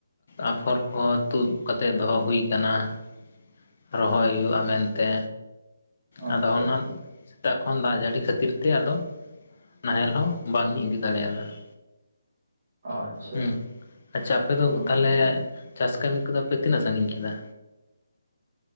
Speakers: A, on the left; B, on the right.
A: ᱟᱠᱷᱚᱨ ᱠᱚᱦᱚ, ᱛᱩᱫ ᱠᱟᱛᱮᱫ ᱫᱚᱦᱚ ᱦᱩᱭ ᱠᱟᱱᱟ ᱾ ᱨᱚᱦᱚᱭ ᱦᱩᱭᱩᱜᱼᱟ ᱢᱮᱱᱛᱮ
B: ᱟᱪᱪᱷᱟ
A: ᱟᱫᱚ ᱚᱱᱟᱼᱼ ᱥᱮᱛᱟᱜ ᱠᱷᱚᱱ ᱫᱟᱜ ᱡᱟᱹᱲᱤ ᱠᱷᱟᱹᱛᱤᱨ ᱛᱮ ᱟᱫᱚ ᱱᱟᱦᱮᱞ ᱦᱚᱸ ᱵᱟᱝ ᱤᱧ ᱤᱫᱤ ᱫᱟᱲᱮᱭᱟᱫᱟ ᱾
B: ᱟᱪᱪᱷᱟ
A: ᱦᱸ ᱟᱪᱪᱷᱟ ᱟᱯᱮ
B: ᱦᱳᱭ
A: ᱫᱚ ᱛᱟᱦᱚᱞᱮ, ᱪᱟᱥ ᱠᱟᱹᱢᱤ ᱠᱚᱫᱚ ᱯᱮ ᱛᱤᱱᱟᱹᱜ ᱥᱟᱜᱤᱧ ᱠᱮᱫᱟ?